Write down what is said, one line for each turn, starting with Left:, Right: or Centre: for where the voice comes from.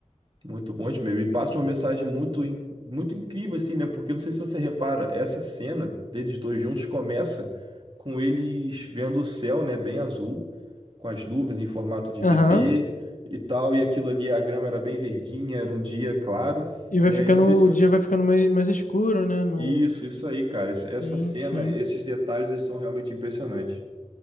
Right: Muito bom, Edmil. E passa uma mensagem muito, in- muito incrível, assim, né? Porque eu não sei se você repara, essa cena deles dois juntos começa com eles vendo o céu, né? Bem azul, com as nuvens em formato de
Left: Aham.
Right: bebê e tal. E aquilo ali, a grama era bem verdinha, era um dia claro,
Left: E vai
Right: né?
Left: ficando,
Right: E não sei se
Left: o
Right: foi.
Left: dia vai ficando mais, mais escuro, né? Não,
Right: Isso, isso aí, cara. Essa, essa
Left: Sim,
Right: cena,
Left: sim.
Right: esses detalhes, eles são realmente impressionantes.